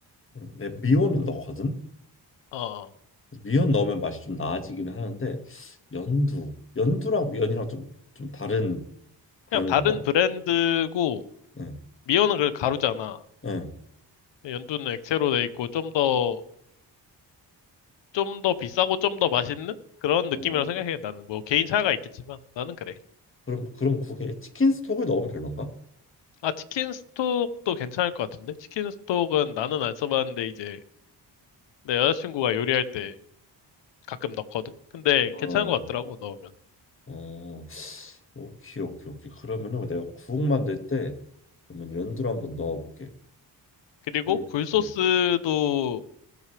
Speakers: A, on the left; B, on the left.
A: 응, 내가 미원은 넣거든.
B: 어,
A: 그래서 미원 넣으면 맛이 좀 나아지기는 하는데 연두, 연두랑 미원이랑 좀 좀 다른 다른
B: 그냥 다른
A: 건가?
B: 브랜드고,
A: 응,
B: 미어는 그걸 가루잖아.
A: 응.
B: 연두는 액체로 돼 있고, 좀 더, 좀 더 비싸고 좀 더 맛있는? 그런 느낌이라고
A: 어,
B: 생각해. 나는 뭐 개인 차이가 있겠지만, 나는 그래.
A: 그럼 그런 국에 치킨 스톡을 넣으면 별론가?
B: 아, 치킨 스톡도 괜찮을 것 같은데? 치킨 스톡은 나는 안 써봤는데, 이제 내 여자친구가 요리할 때 가끔 넣거든? 근데
A: 어,
B: 괜찮은 것 같더라고, 넣으면.
A: 어, 오케이, 오케이, 오케이. 그러면은 내가 국 만들 때 그러면 연두를 한번 넣어볼게.
B: 그리고
A: 그,
B: 굴소스도,
A: 응,